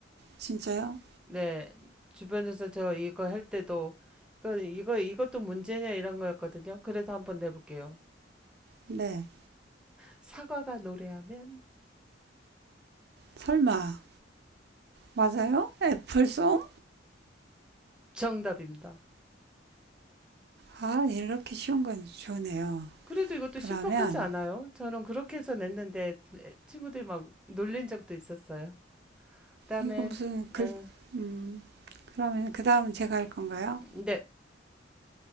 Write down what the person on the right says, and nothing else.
진짜요?
네.
설마. 맞아요? 애플송?
아, 이렇게 쉬운 건 좋네요.
그러면,
이거 무슨 글,
음, 그러면 그 다음 제가 할 건가요?